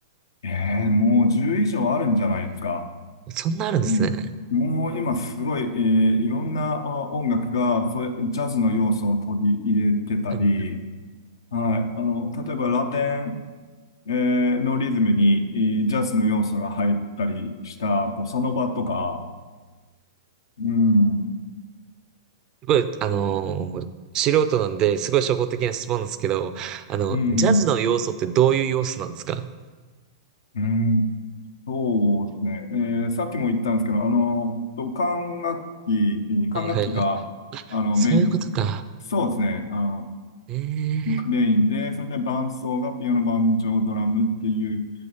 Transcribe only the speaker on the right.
そんなあるんですね。
はい
すごい、あのー素人なんで、すごい初歩的な質問なんですけど、あの、
ジャズの要素ってどういう要素なんですか
はいはいはい。
そういうことか。
ええ